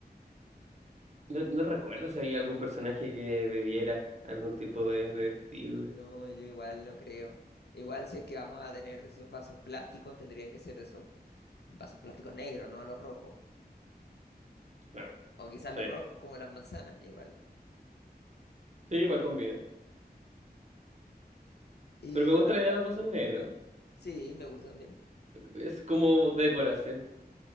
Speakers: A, on the right; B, on the left.
A: No, no recuerdo si había algún personaje que bebiera algún tipo de, de vestible.
B: No, yo igual no creo. Igual si es que vamos a tener de esos vasos plásticos, tendrían que ser de esos vasos plásticos negros, no los rojos.
A: Claro.
B: O quizás los
A: Sí.
B: rojos, como las manzanas, igual.
A: Sí, igual combina.
B: Y
A: Pero me gusta
B: ah,
A: la idea de los vasos negros.
B: sí, me gusta también.
A: Es como de decoración.